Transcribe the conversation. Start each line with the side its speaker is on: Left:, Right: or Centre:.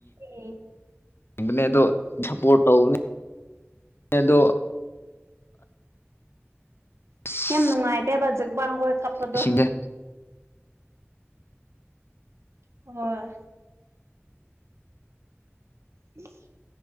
Right: ꯑꯦ
Left: ꯑꯅꯦꯗ ꯄ ꯇꯧ ꯑꯗ ꯑꯁ
Right: ꯌꯥꯝ ꯅꯨꯡꯉꯥꯏꯇꯦꯕꯖꯛꯕꯥꯈꯣꯏ ꯀꯞꯄꯗꯣ
Left: ꯏꯁꯤꯡꯁꯦ
Right: ꯍꯣꯏ ꯎꯝ